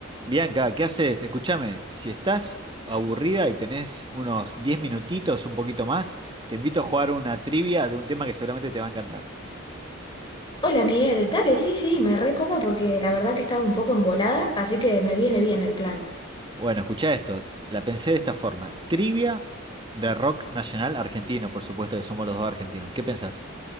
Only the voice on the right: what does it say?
Bianca, ¿qué haces? Escúchame, si estás aburrida y tenés unos 10 minutitos, un poquito más, te invito a jugar una trivia de un tema que seguramente te va a encantar.
Bueno, escuchá esto, la pensé de esta forma. Trivia de rock nacional argentino, por supuesto que somos los dos argentinos. ¿Qué pensás?